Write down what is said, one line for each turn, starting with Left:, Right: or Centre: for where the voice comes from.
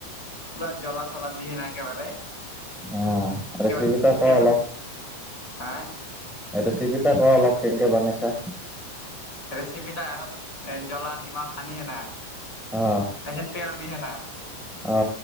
Left: পুৰা জ্বলা চলা দিয়ে নে একেবাৰে।
Centre: আঁহ
Left: একেবাৰে
Centre: ৰেচিপিটো আকৌ
Left: তেলত
Centre: অলপ
Left: হা
Centre: সতে চিপিটা কৰ অলপ কেনেকে বনাইছা।
Left: ৰেচিপিটা আগত এ জ্বলা নিমখ সানিহে নাই।
Centre: অ
Left: তাৰপিছত তেল দিহে না,
Centre: অ